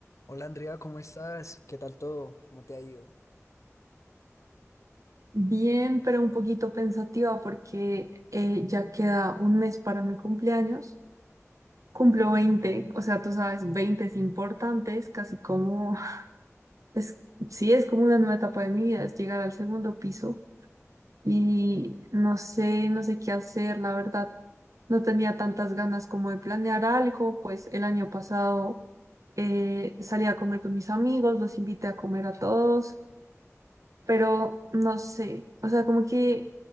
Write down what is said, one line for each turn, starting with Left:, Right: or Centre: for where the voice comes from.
Left: Hola Andrea, ¿cómo estás? ¿Qué tal todo? ¿Cómo te ha ido?
Right: Bien, pero un poquito pensativa porque eh, ya queda un mes para mi cumpleaños. Cumplo veinte o sea, tú sabes, 20 es importante, es casi como, <laughs> es, sí, es como una nueva etapa de mi vida, es llegar al segundo piso y no sé, no sé qué hacer, la verdad. No tenía tantas ganas como de planear algo, pues el año pasado eh, salí a comer con mis amigos, los invité a comer a todos, pero no sé, o sea, como que